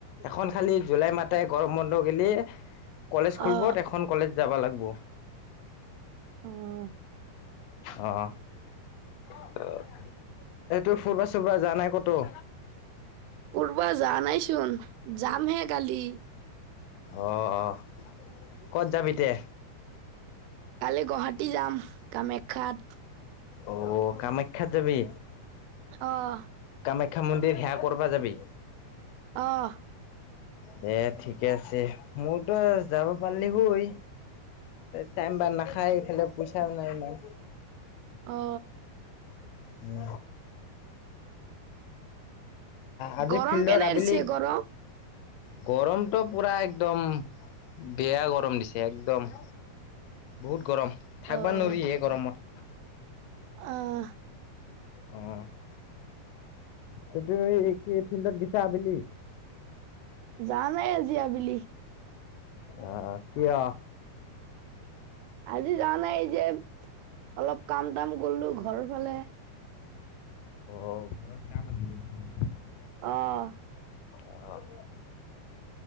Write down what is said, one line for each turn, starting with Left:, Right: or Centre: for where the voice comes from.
Left: এখন খালি জুলাই মাতাই গৰম বন্ধ গেলি কলেজ খুলব,
Right: অ
Left: এখন কলেজ যাবা লাগিব।
Right: অ'।
Left: অ'। এইটো ফুৰবা-চুৰবা যোৱা নাই ক'তো?
Right: ফুৰবা যোৱা নাইচোন, যামহে কলি।
Left: অ', অ', ক'ত যাবি তে?
Right: কালি গুৱাহাটী যাম, কামাখ্যাত।
Left: অ', কামাখ্যাত যাবি?
Right: অ'।
Left: কামাখ্যা মন্দিৰ সেয়া কৰবা যাবি?
Right: অ'।
Left: দে ঠিকে আছে, মোৰতো যাব পাৰিলি হয়। টাইম বা নাখায় এইফালে পইচাও নাই ইমান।
Right: অ
Left: উম। আজি
Right: গৰম
Left: ফিল্ডত
Right: কেনে
Left: আবেলি
Right: দিছে গৰম
Left: গৰমটো পুৰা একদম, বেয়া গৰম দিছে একদম। বহুত গৰম,
Right: অ'।
Left: থাকবা নোৱাৰি হে গৰমত।
Right: আহ
Left: অ', সেইটো কি ফিল্ডত গেছা আবেলি?
Right: জাম হে আজি আবেলি।
Left: অ', অ', কিয়?
Right: আজি জাৱা নাই এই যে, অলপ কাম-তাম কৰিলোঁ ঘৰ ফালে।
Left: অ', ঘৰত কাম আছিল
Right: অ'।
Left: অ'